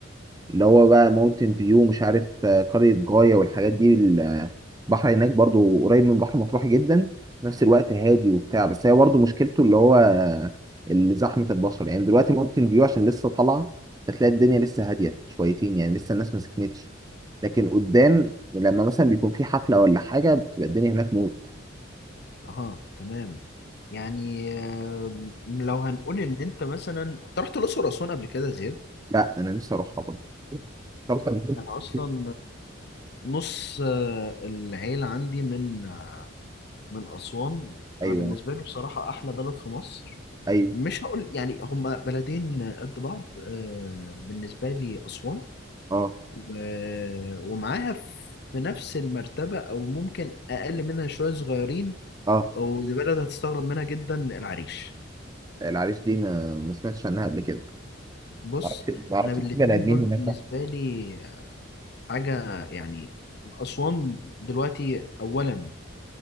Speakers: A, on the right; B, on the left.
A: اللي هو بقى ماونتن فيو مش عارف آه، قرية جاية والحاجات دي البحر هناك برضو قريب من بحر مطروح جدا في نفس الوقت هادي وبتاع بس هي برضو مشكلته اللي هو آه، اللي زحمة البشر يعني دلوقتي ماونتن فيو عشان لسه طالعة هتلاقي الدنيا لسه هادية شويتين يعني لسه الناس ما سكنتش لكن قدام لما مثلا بيكون في حفلة ولا حاجة بتبقى الدنيا هناك موت
B: اه تمام يعني آه، لو هنقول ان انت مثلا انت رحت الاقصر واسوان قبل كده يا زياد
A: لا أنا نفسي أروحها برضه تعرف قبل كده؟
B: انا
A: <laughs>
B: اصلا نص آه، العيلة عندي من آه، من اسوان
A: أيوه
B: انا بالنسبة لي بصراحة احلى بلد في مصر
A: أيوه
B: مش هقول يعني هما بلدين قد بعض آه، بالنسبة لي اسوان
A: أه
B: و- ومعاها في نفس المرتبة او ممكن اقل منها شوية صغيرين
A: أه
B: ودي بلد هتستغرب منها جدا العريش
A: العريش دي ما ما سمعتش عنها قبل كده
B: بص
A: ما اعرفش ما اعرفش
B: انا بالاتنين
A: في بني ادمين
B: دول بالنسبة
A: هناك
B: لي حاجة يعني أسوان دلوقتي أولا